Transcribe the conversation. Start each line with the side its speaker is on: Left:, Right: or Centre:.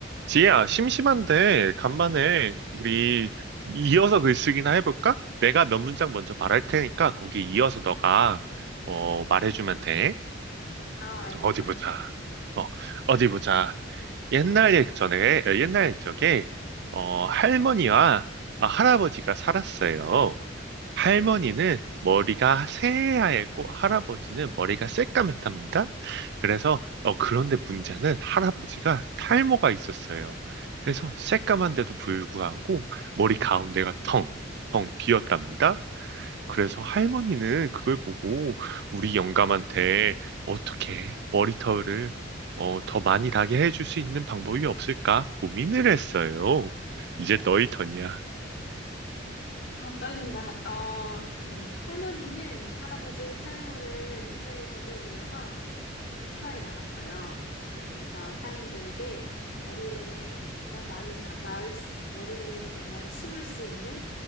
Right: 지혜야, 심심한데 간만에 우리 이어서 글쓰기나 해볼까? 내가 몇 문장 먼저 말할 테니까 거기 이어서 너가 어, 말해주면 돼.
Left: 아, 알겠어.
Right: 어디 보자. 어, 어디 보자. 옛날 예전에, 어, 옛날 옛적에 어, 할머니와 아, 할아버지가 살았어요. 할머니는 머리가 새하얗고 할아버지는 머리가 새까맸답니다. 그래서 어, 그런데 문제는 할아버지가 탈모가 있었어요. 그래서 새까만데도 불구하고 머리 가운데가 텅텅 비었답니다. 그래서 할머니는 그걸 보고 우리 영감한테 어떻게 머리털을 어, 더 많이 나게 해줄 수 있는 방법이 없을까 고민을 했어요. 이제 너희 턴이야.
Left: 아, 떨린다. 어, <clears throat> 할머니는 할아버지의 탈모를 해결해주기 위해서 장터에 나갔어요. 그래서 상인들에게 머리에가 많이 나, 나을, 수- 머리에 뭔가 심을 수 있는